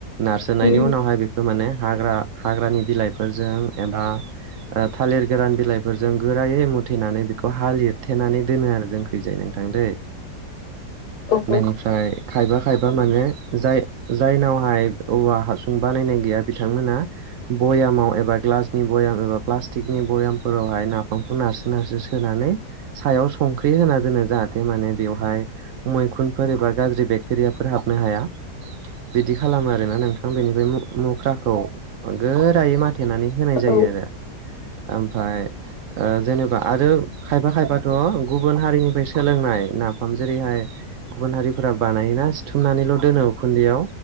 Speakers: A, on the right; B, on the left.
A: नारसोनायनि
B: उम
A: उनावहाय बेखौ माने हाग्रा हाग्रानि बिलाइफोरजों एबा ओ थालिर गोरान बिलाइफोरजों गोरायै मुथेनानै बेखौ हा लिरथेनानै दोनो आरो जोंखैजाय नोंथां दै
B: औ
A: बेनिफ्राय खायफा खायफा माने जाय जायनावहाय औवा हासुं बानायनाय गैया बिथांमोना बयामाव एबा ग्ला ग्लासनि बयम बा फ्लास्टिकनि बयामफोरावहाय नाफामखौ नारसो नारसो सोनानै सायाव संख्रि होना दोनो जाहाथे माने बेवहाय मैखुनफोर एबा गाज्रि बेक्टेरियाफोर हाबनो हाया बिदि खालामो आ रोना नोंथां बेनिफ्राय मु मुख्राखौ गोरायै माथेनानै होनाय जायो
B: औ
A: आरो ओमफाय ओ जेनेबा आरो खायफा खायफाथ' गुबुन हारिनिफ्राय सोलोंनाय नाफाम जेरैहाय गुबुन हारिफोरा बानायोना सिथुमनानैल' दोनो उखुन्दैआव